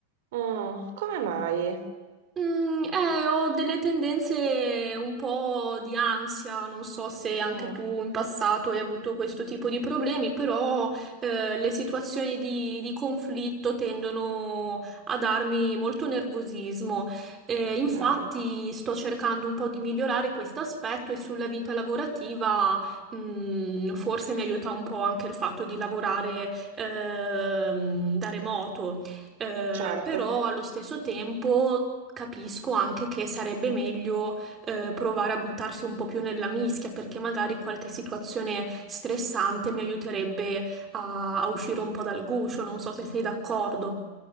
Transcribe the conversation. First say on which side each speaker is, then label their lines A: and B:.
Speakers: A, on the right; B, on the right.
A: Mm, come mai?
B: Mm, eh, ho delle tendenze un po' di ansia, non so se anche
A: Mm,
B: tu in passato hai avuto questo tipo di problemi, però eh, le situazioni di, di conflitto tendono a darmi molto nervosismo. Eh,
A: ok,
B: infatti sto cercando un po' di migliorare questo aspetto e sulla vita lavorativa, mm, forse mi aiuta un po' anche il fatto di lavorare ehm, da remoto. Eh,
A: certo.
B: però allo stesso tempo capisco anche che sarebbe meglio eh, provare a buttarsi un po' più nella mischia perché magari qualche situazione stressante mi aiuterebbe a, a uscire un po' dal guscio, non so se sei d'accordo.